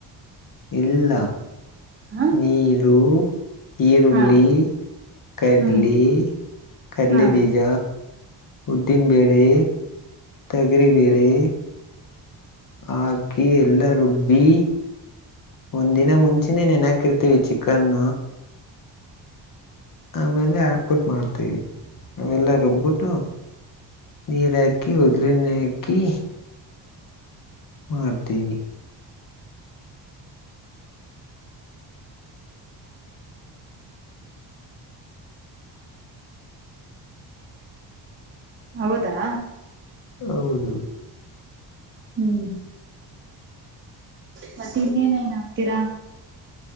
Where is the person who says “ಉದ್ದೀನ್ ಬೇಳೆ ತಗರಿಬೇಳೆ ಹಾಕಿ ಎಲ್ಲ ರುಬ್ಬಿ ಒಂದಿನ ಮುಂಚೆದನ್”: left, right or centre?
Left